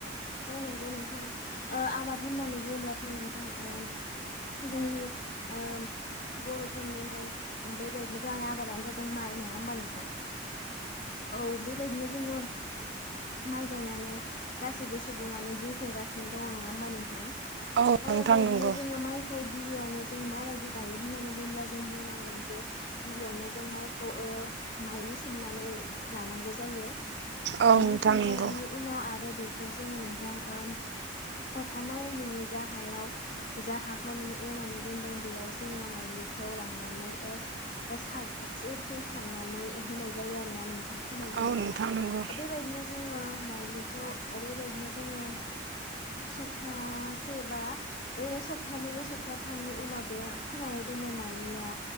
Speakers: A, on the left; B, on the right.
A: औ नंगौ नोंथां ओ आबाद होननानै बुंङोलाथ' नोंथां ओ जोंनि ओ बर'फोरनि माइ बेबायदिनो गाहाय आबादानो जादों माइ। नङा होमबा नोंथां? औ बेबायदिनो जोङो माइ गायनानै गासैबो सुबुङानो जिउ खुंगासिनो दङ नङा होमबा नोंथां। ओ
B: औ नोंथां
A: बेबायदिनो
B: नंगौ
A: जोङो माइखौ गि गिबियावनो जोंङो माबायदि गायो होननानै बुंङोब्ला जों बुंनांगोन जे गिबियावनो जों माइखौ ओ माइलि सोमनानै लानांगौ जायो
B: औ
A: माइलि
B: नोंथां
A: सोमखांनायनि
B: नंगौ
A: उनाव आरो बेखौ नोंथां ओ अखानायै नोङो जा हायाव जा हाखौ खौ नों एवनानै दोनदों बेयावसो जोङो माइलिखौ लांनानै ओ स्रो थ्रो सारनानै होनाय जायो आरोना नोंथां। होनाय जायो
B: औ नोंथां नंगौ
A: बेबायदिनो जोङो माइलिखौ बेबायदिनो जोङो सप्तासे बा ओरै सप्ताानैै बा सप्ता थामनि उनाव बे फुनानै दोननाय माइलिया